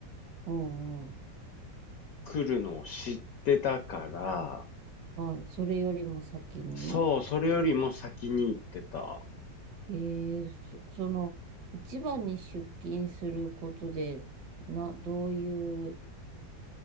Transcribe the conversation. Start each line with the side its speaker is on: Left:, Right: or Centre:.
Right: うんうん。
Left: 来るのを知ってたから、
Right: はい。それよりも先に、
Left: そう、それよりも先に行ってた。
Right: えー、そ、その、一番に出勤することで、な、どういう、